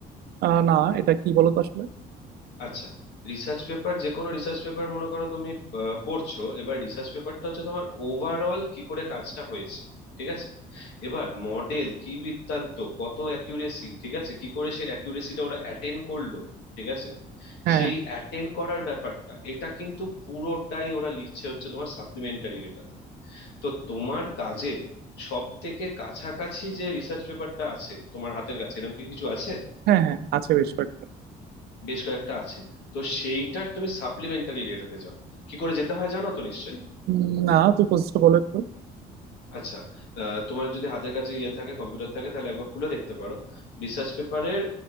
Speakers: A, on the right; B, on the left.
A: আহ, না এটা কি বলতো আসলে
B: আচ্ছা রিসার্চ পেপার যে কোনো রিসার্চ পেপার মনে করো তুমি আহ, পড়ছো এবার রিসার্চ পেপারটা হচ্ছে তোমার ওভারঅল কি করে কাজটা হয়েছে ঠিক আছে এবার মডেল কি বৃত্তান্ত কত অ্যাকিউরেসি ঠিক আছে কি করে সে অ্যাকিউরেসিটা ওরা অ্যাটেন্ড করলো ঠিক আছে
A: হ্যাঁ
B: সেই
A: হ্যাঁ
B: অ্যাটেন্ড করার ব্যাপারটা এটা কিন্তু পুরোটাই ওরা লিখছে হচ্ছে তোমার সাপ্লিমেন্টারি ডেটাতে তো তোমার কাজের সব থেকে কাছাকাছি যে রিসার্চ পেপারটা আছে তোমার হাতের কাছে এরকম কি কিছু আছে
A: হ্যাঁ হ্যাঁ আছে বেশ কয়েকটা
B: বেশ কয়েকটা আছে তো সেইটার তুমি সাপ্লিমেন্টারি রেটাতে যাও কি করে যেতে হয় জানো তো নিশ্চয়ই
A: উম, না তুই পজিশটা বলো একটু
B: আচ্ছা আহ, তোমার যদি হাতের কাছে ইয়ে থাকে কম্পিউটার থাকে তাহলে একবার খুলে দেখতে পারো রিসার্চ পেপারের